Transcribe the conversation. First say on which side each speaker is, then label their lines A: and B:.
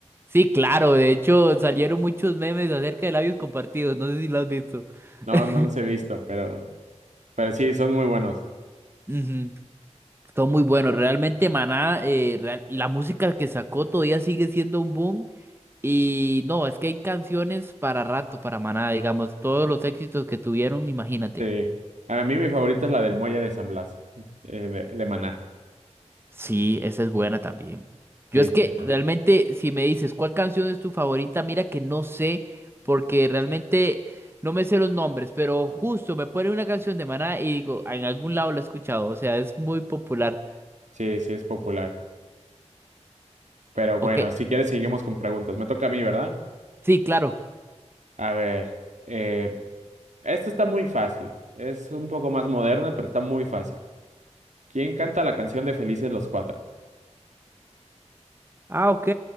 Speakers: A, on the right; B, on the right.
A: Sí, claro. De hecho, salieron muchos memes acerca de labios compartidos. No sé si lo has visto. <laughs>
B: No, no los he visto, pero, pero sí, son muy buenos.
A: Ujú. Todo muy bueno. Realmente Maná, eh, real- la música que sacó todavía sigue siendo un boom. Y no, es que hay canciones para rato para Maná, digamos, todos los éxitos que tuvieron, imagínate.
B: Sí. A mí mi favorita es la del Muelle de San Blas, eh, de, de maná.
A: Sí, esa es buena también. Yo
B: Sí,
A: es que
B: sí, es buena.
A: realmente, si me dices cuál canción es tu favorita, mira que no sé, porque realmente no me sé los nombres, pero justo me pone una canción de Maná y digo, "Ah, en algún lado la he escuchado, o sea, es muy popular.
B: Sí, sí, es popular. Pero
A: Ok,
B: bueno, si quieres, seguimos con preguntas. Me toca a mí, ¿verdad?
A: sí, claro.
B: A ver, eh, esta está muy fácil. Es un poco más moderna, pero está muy fácil. ¿Quién canta la canción de Felices los Cuatro?
A: Ah, ok.